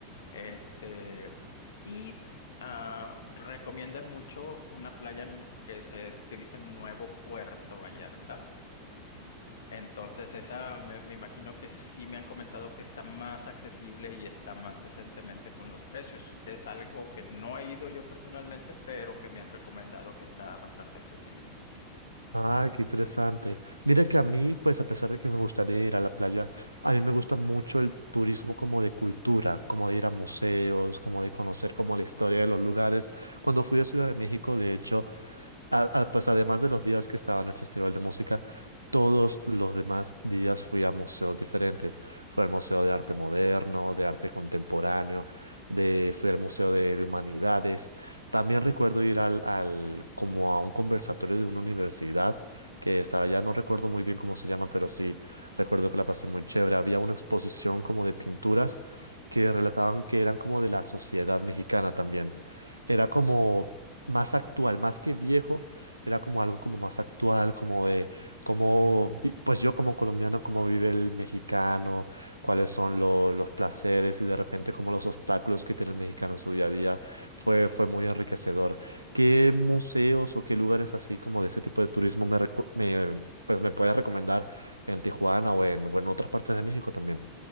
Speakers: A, on the left; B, on the right.
A: Este, y ah, recomiendan mucho una playa nu- que se, que dicen Nuevo Puerto Vallarta. Entonces, esa me, me imagino que sí me han comentado que está más accesible y está más decentemente con los precios. Es algo que no he ido yo personalmente, pero que me han recomendado que está bastante accesible.
B: Ah, qué interesante. Mira que a mí, pues a pesar de que me gustaría ir a la playa, a mí me gusta mucho el turismo como de cultura, como de ir a museos, como de conocer como la historia de los lugares. Cuando fui a Ciudad de México, de hecho, a- a- pues además de los días que estaba en el Festival de Música, todos los demás días fui a museos diferentes. Fui al Museo de Arte Moderno, de Arte Contemporáneo, de, fui al Museo de, de Humanidades. También recuerdo ir al, al, como a un conversatorio de una universidad que estaba allá, no recuerdo muy bien cómo se llama, pero sí recuerdo que la pasé muy chévere. Había una exposición como de pinturas que relataban que eran como de la sociedad mexicana también. Era como más actual, más que viejo, era como algo como más actual, como de cómo, vi- pues yo como colombiano, cómo vive el mexicano, cuáles son lo- los placeres y de repente como los obstáculos que tiene el mexicano en su día a día, fue, fue muy enriquecedor. ¿Qué museos o qué lugares así como de ese tipo de turismo me, recu- me, pues me puedes recomendar en Tijuana o en, o en otras partes de México también?